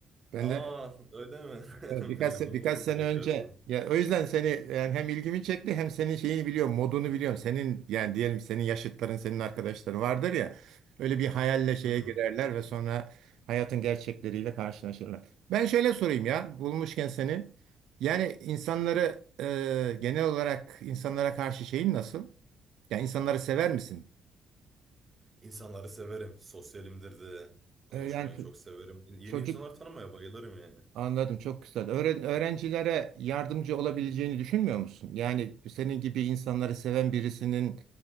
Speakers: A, on the right; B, on the right.
A: Ben
B: Aa,
A: de
B: öyle mi?
A: Evet, Birkaç,
B: <laughs> Memnun
A: se- birkaç
B: oldum
A: sene
B: tekrardan.
A: önce ya o yüzden seni yani hem ilgimi çekti hem senin şeyini biliyorum modunu biliyorum senin yani diyelim senin yaşıtların senin arkadaşların vardır ya öyle bir hayalle şeye
B: Hı hı.
A: girerler ve sonra hayatın gerçekleriyle karşılaşırlar. Ben şöyle sorayım ya bulmuşken seni yani insanları e, genel olarak insanlara karşı şeyin nasıl? Yani insanları sever misin?
B: İnsanları severim. Sosyalimdir de. Konuşmayı
A: E, yani ço-
B: çok severim. Yeni
A: çocuk
B: insanlar tanımaya bayılırım yani.
A: Anladım, çok güzel. Öğren öğrencilere yardımcı olabileceğini düşünmüyor musun? Yani senin gibi insanları seven birisinin